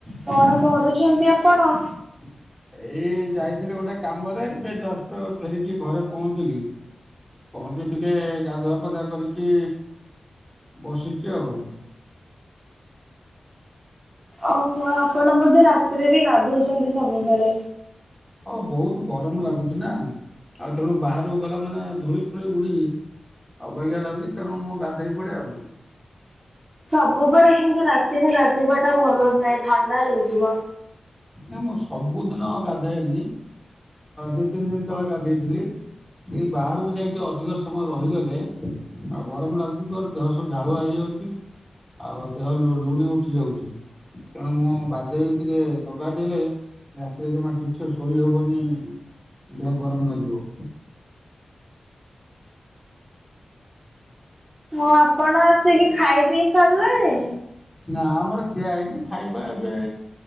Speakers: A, on the right; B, in the centre.
A: କଣ କରୁଚନ୍ତି ଆପଣ?
B: <unintelligible> ଏଇ ଯାଇଥିଲି ଗୋଟେ କାମରେ, ଏବେ ଜଷ୍ଟ ଫେରିକି ଘରେ ପହଞ୍ଚିଲି। ପହଞ୍ଚି ଟିକେ ଗାଧୁଆପାଧୁଆ କରିକି ବସିଚି ଆଉ।
A: ଓହୋ, ଆପଣ ବୋଧେ ରାତିରେ ବି ଗାଧଉଚନ୍ତି ସବୁବେଳେ?
B: ହଁ ବହୁତ ଗରମ ଲାଗୁଚି ନା, ଆଉ ତେଣୁ ବାହାରକୁ ଗଲା ମାନେ ଧୂଳି ଫୁଳି ଉଡି ଅବାଗିଆ ଲାଗୁଚି, ତେଣୁ ମୁଁ ଗାଧେଇ ପଡେ ଆଉ।
A: ସବୁବେଳେ କିନ୍ତୁ ରାତିରେ ରାଧେଇବା ଟା ଭଲ ନୁହେଁ, ଥଣ୍ଡା ହେଇଯିବ।
B: ନା ମୁଁ ସବୁଦିନ ଗାଧଏନି, ଦି ତିନି ଦିନି ତଳେ ଗାଧେଇଥିଲି। ଏଇ ବାହାରକୁ ଯାଇ ଟିକେ ଅଧିକ ସମୟ ରହିଗଲେ ଆଉ ଗରମ ଲାଗୁଚି ଜୋରେ, ଦେହ ସବୁ ଝାଳୁଆ ହେଇଯାଉଚି ଆଉ ଦେହ ଲୁ ଲୁଣି ଉଠି ଯାଉଚି, ତେଣୁ ମୁଁ ବାଧ୍ୟ ହେଇ ଟିକେ ନ ଗାଧେଇଲେ, ରାତିରେ ଜମା ଠିକ୍ ସେ ଶୋଇ ହବନି, ଦେହ ଗରମ ଲାଗିବ।
A: ହଁ, ଆପଣ ଆସିକି ଖାଇପିଇ ସାରିଲେଣି?
B: ନା ଆମର ଖିଆ ହେଇନି, ଖାଇବା ଏବେ